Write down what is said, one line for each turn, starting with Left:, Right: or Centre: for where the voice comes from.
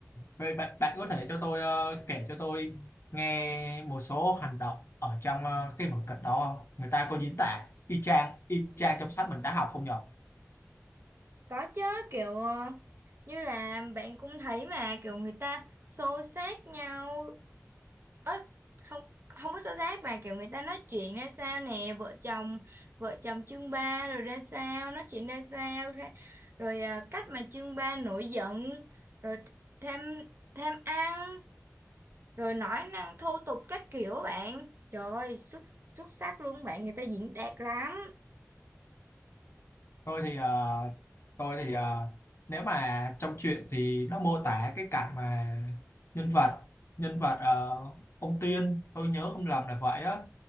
Left: Vậy bạn bạn có thể cho tôi ờ, kể cho tôi nghe một số hành động ở trong ờ, cái vở kịch đó không người ta có diễn tả y chang y chang trong sách mình đã học không nhỉ
Right: Có chứ, kiểu ờ, như là bạn cũng thấy mà kiểu người ta xô xát nhau Ớ, không không có xô xát mà kiểu người ta nói chuyện ra sao nè vợ chồng vợ chồng chương ba rồi ra sao nói chuyện ra sao ra, rồi à, cách mà chương ba nổi giận rồi tham tham ăn rồi nói năng thô tục các kiểu bạn trời ơi, xuất xuất sắc luôn bạn người ta diễn đạt lắm
Left: tôi thì à, tôi thì à, nếu mà trong truyện thì nó mô tả cái cảnh mà nhân vật nhân vật ờ, ông Tiên tôi nhớ không lầm là vậy á